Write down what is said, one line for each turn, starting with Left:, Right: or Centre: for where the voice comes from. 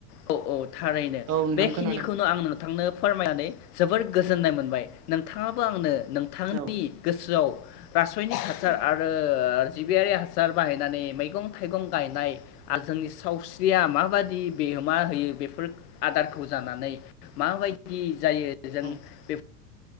Left: अ औ। थारैनो
Right: औ
Left: बेखिनिखौनो
Right: नोंथां खोनादों
Left: आं नों नोंथांनो फोरमायनानै जोबोर गोजोननाय मोनबाय नोंथाङाबो आंनो नोंथांनि
Right: औ
Left: गोसोआव रासयनिक हासार आरो जिबियारि हासार बाहायनानै मैगं थाइगं गायनाय आ जोंनि सावस्रिया माबादि बेओ मा होयो बेफोर आदारखौ जानानै माबायदि जायो जों
Right: औ
Left: बेफ